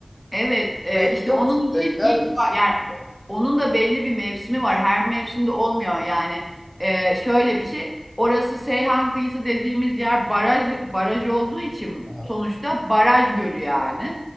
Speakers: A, in the centre; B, on the left.
A: Evet, e,
B: Burayı biliyor
A: işte onun
B: musun?
A: için
B: Buraya gider
A: ilk
B: miyiz?
A: ba- yani onun da belli bir mevsimi var. Her mevsimde olmuyor yani. E, şöyle bir şey. Orası Seyhan kıyısı dediğimiz yer baraj baraj olduğu için
B: Aha.
A: sonuçta baraj gölü yani.